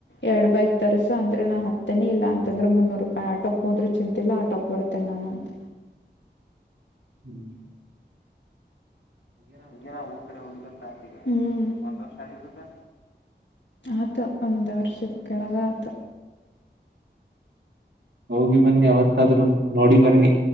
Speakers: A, on the left; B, on the right.
A: ಎರಡ್ ಬೈಕ್ ತರಿಸು ಅಂದ್ರೆ ನಾ ಹತ್ತೀನಿ ಇಲ್ಲ ಅಂತಂದ್ರ ಮುನ್ನೂರ್ ರೂಪಾಯಿ ಆಟೋಕ್ ಹೋದ್ರೂ ಚಿಂತಿಲ್ಲ ಆಟೋಕ್ ಬರ್ತೇನೆ ನಾನು ಅಂತ.
B: ಹ್ಮ್
A: ಈಗೇನ್ ಊರ್ ಕಡೆ ಹೋಗಿಲ್ಲ ಸಾತ್ ಈಗ ಒಂದ್ ವರ್ಷ ಆಗಿರ್ಬೇಕದ ಆತ ಒಂದ್ ವರ್ಷದ್ ಕೆಳಗ್ ಆತ.
B: ಹೋಗಿ ಬನ್ನಿ ಅವಾವತ್ತಾದ್ರ್ ನೋಡಿ ಬನ್ನಿ